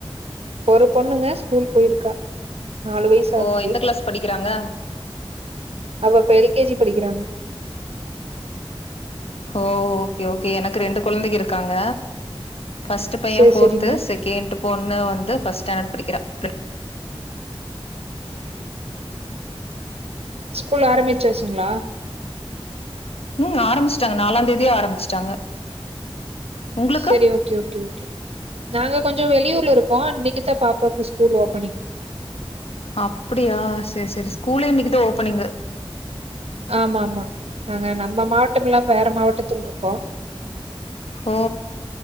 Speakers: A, on the right; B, on the left.
A: ஒரு பொண்ணுங்க ஸ்கூல் போய்ருக்கா நாலு வயசு
B: ஓ
A: ஆகுது
B: எந்த கிளாஸ் படிக்கிறாங்க
A: அவ இப்ப எல் கே ஜி படிக்கிறாங்க
B: ஓ ஓகே ஓகே எனக்கு ரெண்டு கொழந்தைங்க இருக்காங்க ஃபஸ்ட் பைய
A: சேரி
B: ஃபோர்த்து
A: சேரிங்க
B: செகண்ட் பொண்ணு வந்து ஃபஸ்ட் ஸ்டான்டர்ட் படிக்கிறா <inaudible>
A: ஸ்கூல் ஆரமிச்சுச்சுங்ளா
B: ம் ஆரம்பிச்ட்டாங்க நாலாந் தேதியே ஆரம்பிச்சுட்டாங்க உங்களுக்கு
A: செரி ஓகே ஓகே ஓகே நாங்க கொஞ்சோ வெளியூர்ல இருக்கோ இன்னைக்குதா பாப்பாவுக்கு ஸ்கூல் ஓபனிங்
B: அப்படியா செர் செரி ஸ்கூலே இன்னைக்குதா ஓபனிங்கு
A: ஆமாமா நாங்க நம்ம மாவட்டம் இல்லாம வேற மாவட்டத்துல இருக்கோ
B: ஓ